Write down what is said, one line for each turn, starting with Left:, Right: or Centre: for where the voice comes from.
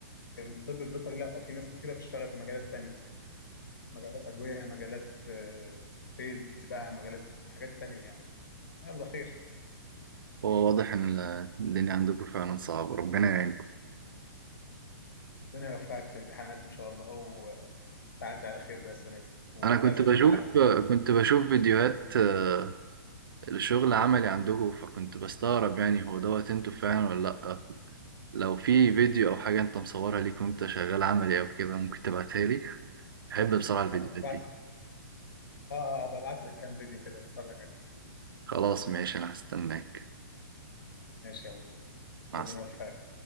Left: الطب البيطري لا في ناس كتيرة بتشتغل في مجالات تانية مجالات أدوية مجالات آه، سيلز بقى مجالات حاجات تانية يعني يلا خير
Right: هو واضح إن الدنيا عندكم فعلا صعبة ربنا يعينكم
Left: ربنا يوفقك في امتحانات ان شاء الله وتعدي على خير بقى السنه دي وتعزمنا
Right: أنا كنت بشوف
Left: على حاجه لو
Right: كنت بشوف فيديوهات آه، الشغل عملي عندكم فكنت بستغرب يعني هو دوت أنتوا فعلا ولا لأ لو في فيديو أو حاجة أنت مصورها ليك وأنت شغال عملي أو كده ممكن تبعتها لي بحب بصراحة الفيديوهات
Left: هبقى ابعت
Right: دي
Left: لك اه آه، هبقى ابعت لك كام فيديو كده تتفرج عليه
Right: خلاص ماشي أنا هستناك
Left: ماشي يا منزل
Right: مع
Left: ربنا
Right: السلامة
Left: يوفقك